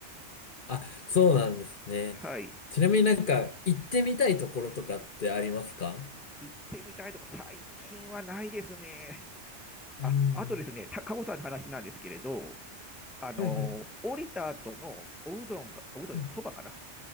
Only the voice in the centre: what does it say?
はい。
行ってみたいとか、最近はないですね。
あ、あとですね、たかごさんの話なんですけれど、あの降りた後のおうどんが、
おうどんよ、
そばかな。